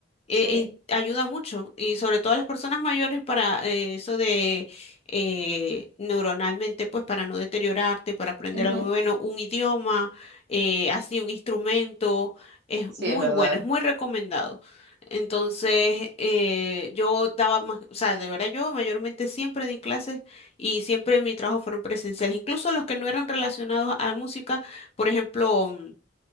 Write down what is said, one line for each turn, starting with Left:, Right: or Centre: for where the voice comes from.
Left: eh,
Right: Sí.
Left: y ayuda mucho, y sobre todo a las personas mayores para eh, eso de eh, neuronalmente, pues para no deteriorarte, para aprender
Right: Ujú.
Left: algo bueno, un idioma, eh, así un instrumento, es
Right: Sí,
Left: muy
Right: es verdad.
Left: bueno, es muy recomendado. Entonces, eh, yo daba más, o sea, de verdad yo mayormente siempre di clases y siempre mi trabajo fueron presenciales, incluso los que no eran relacionados a música, por ejemplo